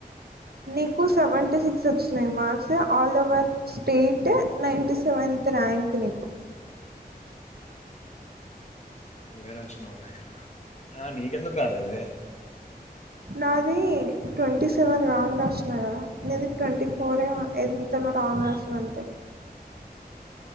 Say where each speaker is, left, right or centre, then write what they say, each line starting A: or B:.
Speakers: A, on the right; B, on the left.
A: నీకు సెవెంటీ సిక్స్ వచ్చినాయి marks all over state నైన్ంట seventh rank నీకు
B: నువ్వే రాసినావులే మరి నీకు ఎందుకు రాలేదు
A: నాది ట్వంటీ సెవెన్ రాంగ్ రాస్తున్నా కదా నీది ట్వంటీ ఫోర్ ఎంత కాంగ్రెస్లో అంతే